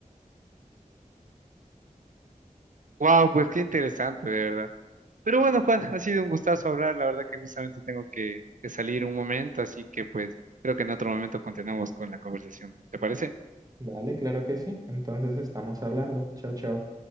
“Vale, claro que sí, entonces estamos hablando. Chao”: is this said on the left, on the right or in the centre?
Right